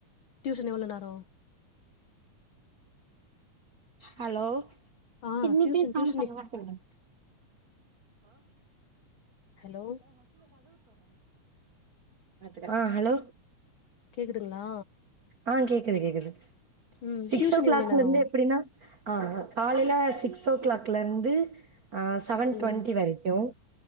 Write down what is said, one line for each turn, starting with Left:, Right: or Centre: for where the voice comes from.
Left: டியூஷன் எவ்ளோ நேரோ
Right: ஹலோ
Left: ஆ
Right: இன்னிக்கி
Left: டியூஷன்
Right: சாம்சன்
Left: டியூஷன்
Right: வர சொல்றே
Left: ஹலோ
Right: ஆ <unintelligible> ஆ ஹலோ
Left: கேக்குதுங்ளா
Right: ஆ கேக்குது கேக்குது
Left: ம்
Right: சிக்ஸ்
Left: டியூஷன்
Right: ஓ கிளாக்ல
Left: எவ்ளோ நேரோ
Right: இந்து அப்டினா ஆ ஆ காலைல சிக்ஸோ கிளாக்ல இருந்து ஆ செவன்
Left: ம்
Right: டொண்ட்டி வரைக்கு